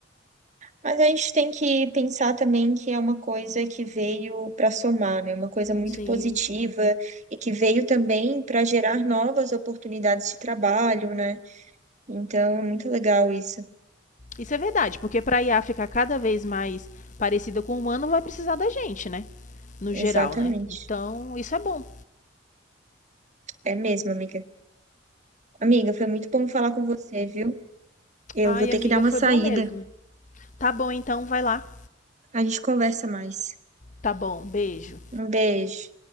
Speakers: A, on the right; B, on the left.
A: Mas a gente tem que pensar também que é uma coisa que veio para somar, né? Uma coisa muito
B: Sim.
A: positiva e que veio também para gerar novas oportunidades de trabalho, né? Então, é muito legal isso.
B: Isso é verdade, porque para a I A ficar cada vez mais parecida com o humano, vai precisar da gente, né? No
A: Exatamente.
B: geral, né? Então, isso é bom.
A: É mesmo, amiga. Amiga, foi muito bom falar com você, viu? Eu
B: Ai,
A: vou ter
B: amiga,
A: que dar uma
B: foi
A: saída.
B: bom mesmo. Tá bom, então, vai lá.
A: A gente conversa mais.
B: Tá bom, beijo.
A: Um beijo.